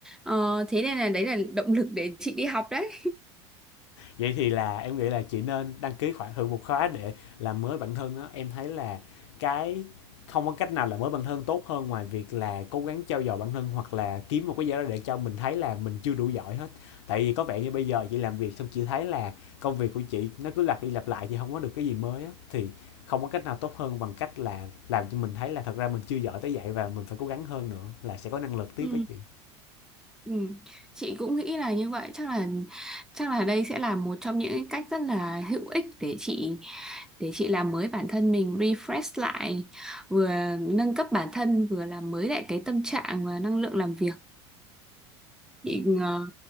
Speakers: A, in the centre; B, on the left.
A: Ờ, thế nên là đấy là động lực để chị đi học đấy
B: vậy thì là em nghĩ là chị nên đăng ký khoảng hơn một khóa để làm mới bản thân đó em thấy là cái không có cách nào là mới bản thân tốt hơn ngoài việc là cố gắng trau dồi bản thân hoặc là kiếm một cái gì đó để cho mình thấy là mình chưa đủ giỏi hết tại vì có vẻ như bây giờ chị làm việc xong chị thấy là công việc của chị nó cứ lặp đi lặp lại chị không có được cái gì mới á thì không có cách nào tốt hơn bằng cách là làm cho mình thấy là thật ra mình chưa giỏi tới vậy và mình phải cố gắng hơn nữa là sẽ có năng lực tiếp
A: Ừ.
B: với chị
A: Ừ. Chị cũng nghĩ là như vậy chắc là chắc là đây sẽ là một trong những cách rất là hữu ích để chị để chị làm mới bản thân mình refresh lại vừa nâng cấp bản thân vừa làm mới lại cái tâm trạng và năng lượng làm việc chị ờ,